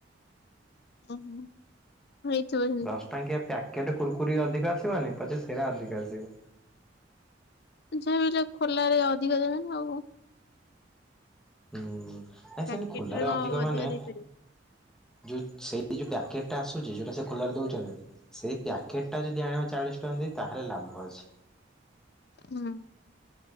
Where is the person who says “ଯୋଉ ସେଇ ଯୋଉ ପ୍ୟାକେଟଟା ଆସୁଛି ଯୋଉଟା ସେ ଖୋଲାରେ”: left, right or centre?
Centre